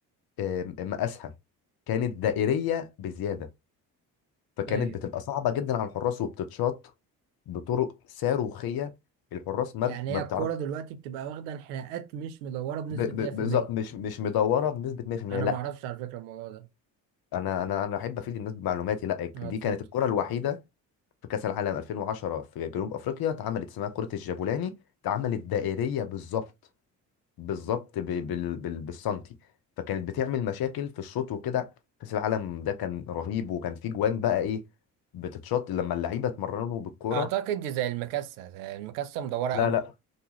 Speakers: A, on the left; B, on the right.
A: آم، مقاسها كانت دائريه بزياده فكانت
B: ايوه
A: بتبقى صعبه جدا على الحراس وبتتشاط بطرق صاروخيه الحراس ما
B: يعني
A: ب- ما
B: هي
A: بتعرف
B: الكورة دلوقتي بتبقى واخدة انحناءات مش مدورة بنسبة
A: ب- ب-
B: 100%
A: بالظبط مش مش مدوره بنسبه 100%
B: أنا
A: لا
B: معرفش على فكرة الموضوع ده
A: انا انا انا احب افيد الناس بمعلوماتي لا
B: أه
A: دي
B: اتفضل
A: كانت الكره الوحيده في كأس العالم 2010 في جنوب أفريقيا اتعملت اسمها كرة الجابولاني اتعملت دائرية بالظبط بالظبط ب- بال- بال- بالسنتي فكانت بتعمل مشاكل في الشوط وكده كأس العالم ده كان رهيب وكان فيه جوان بقى إيه بتتشط لما اللعيبة اتمرنوا بالكرة
B: اعتقد دي زي المكسه زي المكسه مدوره قوي
A: لا لا